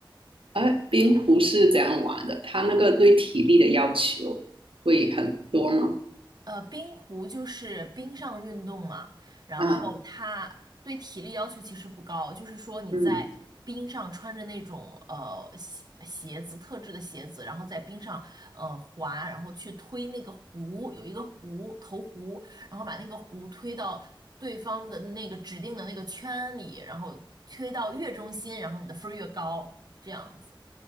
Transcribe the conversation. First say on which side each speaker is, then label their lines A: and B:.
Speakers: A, on the right; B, on the right.
A: 哎，冰壶是怎样玩的？它那个对体力的要求会很多吗？
B: 呃，冰壶就是冰上运动嘛，然后它对体力要求其实不高，
A: 啊，
B: 就是说你在冰上穿着那种呃鞋鞋子，
A: 嗯，
B: 特制的鞋子，然后在冰上呃滑，然后去推那个壶，有一个壶投壶，然后把那个壶推到对方的那个指定的那个圈里，然后推到越中心，然后你的分儿越高，这样子。